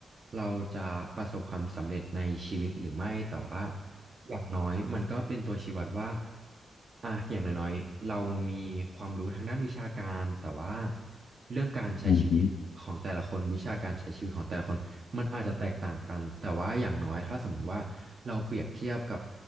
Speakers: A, on the right; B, on the left.
A: เราจะประสบความสำเร็จในชีวิตหรือไม่แต่ว่าอย่างน้อยมันก็เป็นตัวชี้วัดว่าอ่ะอย่างน้อยๆเรามีความรู้ทางด้านวิชาการแต่ว่าเรื่องการใช้ชีวิตของแต่ละคนวิชาการใช้ชีวิตของแต่ละคนมันอาจจะแตกต่างกันแต่ว่าอย่างน้อยถ้าสมมุติว่าเราเปรียบเทียบกับ
B: อืม